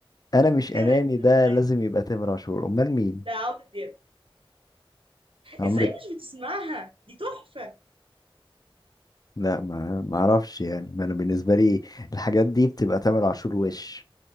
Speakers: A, on the left; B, on the right.
A: انا مش
B: كده
A: اناني
B: كده
A: ده
B: تعادل
A: لازم يبقى تامر عاشور امال مين
B: ده عمرو دياب
A: عمرو
B: ازاي مش بتسمعها دي تحفة
A: لا ما ما اعرفش يعني ما انا بالنسبه لي الحاجات دي بتبقى تامر عاشور وش